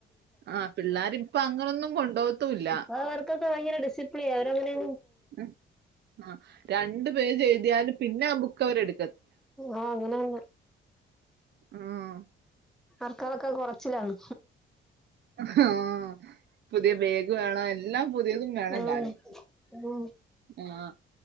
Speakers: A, on the right; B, in the centre.
A: ആ പിള്ളേരിപ്പൊ അങ്ങനൊന്നും കൊണ്ടു പോവാതുല്ല
B: ഇപ്പൊ അവർക്കൊക്കെ ഭയങ്ക ഡിസിപ്ലിൻ അവരങ്ങനെയ
A: ഉ ആ രണ്ട് പേജ് എഴുതിയാലും പിന്നെ ആബുക്കു കോരേട്
B: ആ അങ്ങനെന്ന
A: ആഹ്.
B: ആർക്കാലൊക്കാ കുറച്ചിലാണ്.
A: ആഹ് പുതിയ ബേഗ് വേണം എല്ലാം പുതിയതും വേണം
B: ഉം
A: താനും
B: ഉം
A: ആഹ്